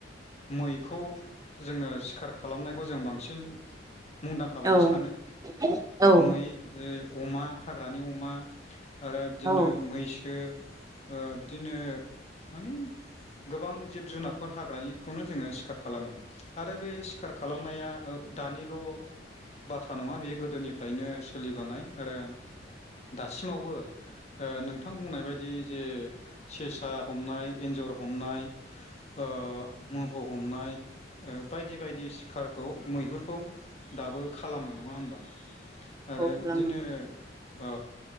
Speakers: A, on the left (about 35°); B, on the right (about 20°).
A: मैखौ जोंङो सिखार खालामनायखौ जों बांसिन मुंदांखा बायदि
B: औ
A: सानो
B: औ
A: मै <unintelligible> अमा हाग्रानि अमा आरो बिदिनो
B: औ
A: मैसो ओ बिदिनो माने गोबां जिब जुनार फोर हाग्रानिखौनो जोंङो सिखार खालामो आरो बे सिखार खालामनाया दानिल' बाथ्रा नङा बेयो गोदोनिफ्रायनो सोलिबोनाय आरो दासिमावबो नोंथां बुंनाय बादि जे सेसा हमनाय एन्जर हमनाय ओ मोफौ हमनाय ओ बायदि बायदि सिखारखौ मैहुरखौ दाबो खालामो नंङा होमबा आरो
B: औ खालामो
A: बिदिनो औ